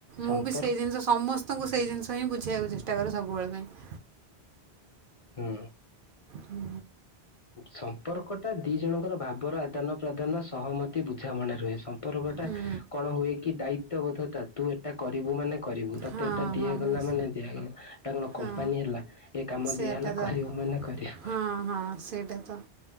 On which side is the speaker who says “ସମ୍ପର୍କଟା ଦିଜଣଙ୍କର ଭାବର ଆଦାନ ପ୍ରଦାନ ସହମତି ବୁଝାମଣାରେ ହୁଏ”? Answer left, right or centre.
Left